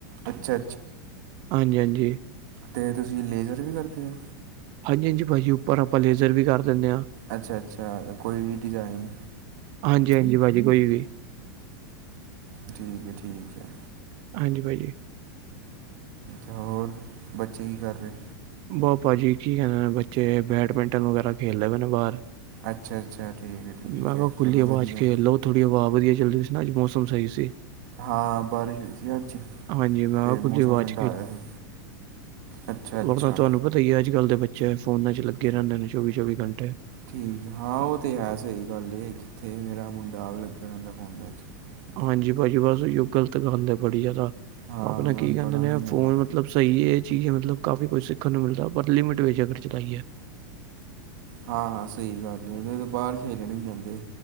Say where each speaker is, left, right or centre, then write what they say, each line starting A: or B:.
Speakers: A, on the right (about 55°); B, on the right (about 40°).
A: ਅੱਛਾ
B: ਹਾਂਜੀ- ਹਾਂਜੀ।
A: ਤੇ ਤੁਸੀਂ ਲੇਜ਼ਰ ਵੀ ਕਰਦੇ ਹੋ?
B: ਹਾਂਜੀ- ਹਾਂਜੀ ਭਾਜੀ ਉੱਪਰ ਆਪਾਂ ਲੇਜ਼ਰ ਵੀ ਕਰ ਦਿੰਦੇ ਹਾਂ।
A: ਅੱਛਾ- ਅੱਛਾ ਕੋਈ ਵੀ ਡਿਜ਼ਾਇਨ?
B: ਹਾਂਜੀ- ਹਾਂਜੀ ਭਾਜੀ ਕੋਈ ਵੀ।
A: ਠੀਕ ਐ- ਠੀਕ ਐ।
B: ਹਾਂਜੀ ਭਾਜੀ।
A: ਹੋਰ ਬੱਚੇ ਕੀ ਕਰ ਰਹੇ?
B: ਬਸ ਭਾਜੀ ਠੀਕ ਹੈਗੇ ਨੇ ਬੱਚੇ ਬੈਡਮਿੰਟਨ ਵਗੈਰਾ ਖੇਲਦੇ ਪਏ ਨੇ ਬਾਹਰ।
A: ਅੱਛਾ- ਅੱਛਾ ਠੀਕ ਐ- ਠੀਕ
B: ਮੈਂ ਕਿਹਾ
A: ਐ
B: ਖੁੱਲੀ
A: ਚਲੋ
B: ਆਵਾਜ਼
A: ਵਧੀਆ।
B: ਖੇਲ ਲੋ ਥੋੜੀ ਹਵਾ ਵਧੀਆ ਚਲ ਰਹੀ ਸੀ ਨਾ ਅੱਜ ਮੌਸਮ ਸਹੀ ਸੀ।
A: ਹਾਂ ਬਾਰਿਸ਼ ਹੋਈ ਸੀ ਅੱਜ
B: ਹਾਂਜੀ ਮੈਂ
A: ਤੇ
B: ਕਿਹਾ ਖੁੱਲੀ
A: ਮੌਸਮ
B: ਆਵਾਜ਼
A: ਠੰਡਾ ਹੋਇਆ ਸੀ। ਅੱਛਾ। ਅੱਛਾ
B: ਓ ਤਾਂ ਤੁਹਾਨੂੰ ਪਤਾ ਹੀ ਅੱਜ ਕੱਲ ਦੇ ਬੱਚੇ ਫੋਨਾ ਚ ਲੱਗੇ ਰਹਿੰਦੇ ਨੇ ਚੌਵੀ- ਚੌਵੀ ਘੰਟੇ।
A: ਠੀਕ ਹਾਂ ਉਹ ਤਾਂ ਹੈ ਸਹੀ ਗੱਲ ਇਹ ਕਿੱਥੇ ਮੇਰਾ ਮੁੰਡਾ ਆਪ ਲੱਗਾ ਰਹਿੰਦਾ ਫੋਨ ਚ।
B: ਹਾਂਜੀ ਭਾਜੀ ਬਸ ੳਹੀੳ ਗਲਤ ਗੱਲ ਐ ਬੜੀ ਜ਼ਿਅਦਾ
A: ਹਾਂ
B: ਆਪਣਾ
A: ਮੈਂ ਉਹਨੂੰ
B: ਕੀ ਕਹਿੰਦੇ
A: ਬੜਾ
B: ਨੇ
A: ਸਮਝਾਉਂਦਾ
B: ਫੋਨ ਮਤਲਬ ਮਤਲਬ ਸਹੀ ਐ ਇਹ ਚੀਜ਼ ਮਤਲਬ ਕਾਫ਼ੀ ਕੁੱਛ ਸਿੱਖਣ ਨੂੰ ਮਿਲਦਾ ਪਰ ਲਿਮਿਟ ਵਿੱਚ ਅਗਰ ਚਲਾਈ ਐ।
A: ਹਾਂ- ਹਾਂ ਸਹੀ ਗੱਲ ਐ ਨਈ ਤੇ ਬਾਹਰ ਖੇਲਣ ਈ ਨੀ ਜਾਂਦੇ।